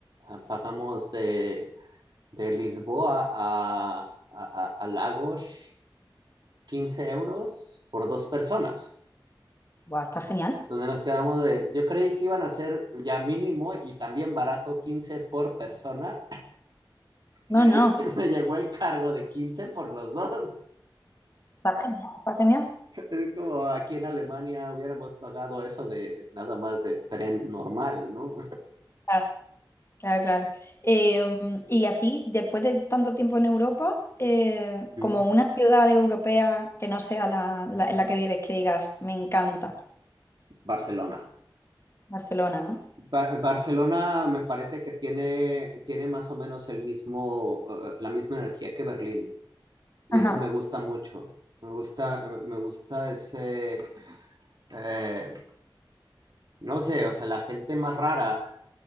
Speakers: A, on the right; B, on the left.
A: ah, pagamos de... De Lisboa a, a, a- Lagos, 15 euros por dos personas.
B: Buah, está genial.
A: Donde nos quedamos de, yo creí que iban a ser ya mínimo y también barato 15 por persona.
B: No,
A: <laughs>
B: no,
A: Y me llegó el cargo de 15 por los dos.
B: está genial, está genial.
A: Es como aquí en Alemania hubiéramos pagado eso de nada más de tren normal, ¿no?
B: Claro, claro, claro. Eh, mm, y así, después de tanto tiempo en Europa, eh,
A: Mm.
B: como una ciudad europea que no sea la, la- en la que vives, que digas, me encanta
A: Barcelona.
B: Barcelona, ¿no?
A: Ba- Barcelona me parece que tiene, tiene más o menos el mismo, eh, la misma energía que Berlín, y
B: Ajá.
A: eso me gusta
B: <laughs>
A: mucho. Me gusta, me gusta ese, eh, no sé, o sea, la gente más rara,